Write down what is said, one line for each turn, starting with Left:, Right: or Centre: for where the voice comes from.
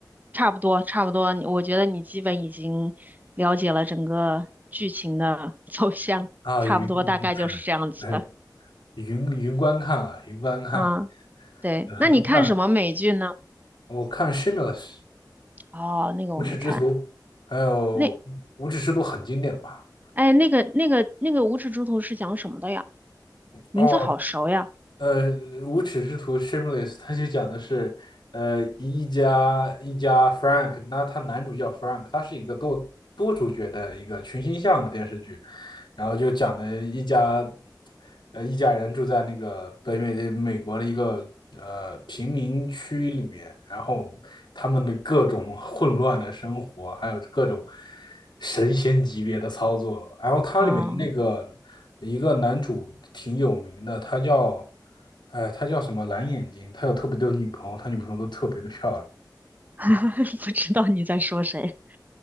Right: 差不多差不多，我觉得你基本已经了解了整个剧情的 <laughs> 走向，
Left: 啊，
Right: 差不多大概就是这样子的。
Left: 云云 <laughs> 云云观看了，云观看了，
Right: 嗯，对，
Left: 呃不算，
Right: 那你看什么美剧呢？
Left: 我看《Shameless》
Right: 哦，那个我没看，
Left: 无耻之徒，还有《无耻之徒》很经典吧。
Right: 那哎，那个那个那个《无耻猪头》是讲什么的呀？名字好熟呀。
Left: 哦，呃，无耻之徒 Shameless，他就讲的是，呃，一家一家 Frank，那他男主叫 Frank，他是一个多多主角的一个群星像的电视剧，然后就讲的一家，呃，一家人住在那个北美呃美国的一个呃贫民区里面，然后他们的各种混乱的生活，还有各种神仙级别的操作。然后它里面的那个一个男主挺有名的，
Right: 嗯。
Left: 他叫，哎，他叫什么蓝眼睛，他有特别多的女朋友，他女朋友都特别的漂亮。
Right: <laughs> 不知道你在说谁。